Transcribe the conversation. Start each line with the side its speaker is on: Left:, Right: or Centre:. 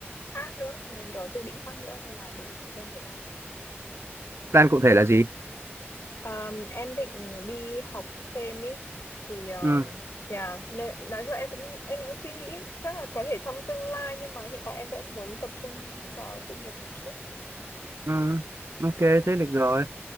Left: khác nữa nên có dự định khác nữa nên là để xem thế nào
Right: Plan cụ thể là gì?
Left: Ờm, em định đi học thêm ý thì ờ,
Right: Ừ,
Left: nhà nên nói chung là em cũng em cũng suy nghĩ chắc là có thể trong tương lai nhưng mà hiện tại em vẫn muốn tập trung vào sự nghiệp một chút.
Right: ừ, ok, thế được rồi.